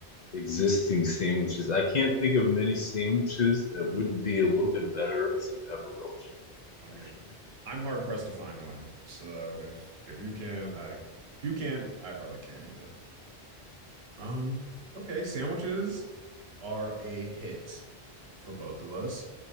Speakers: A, on the left (about 50°); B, on the right (about 70°).
A: existing sandwiches. I can't think of many sandwiches that would be a little bit better with some pepperellis on it,
B: I mean,
A: actually.
B: I'm hard pressed to find one. So if if you can, I if you can't, I probably can't either. Um, okay, sandwiches are a hit for both of us.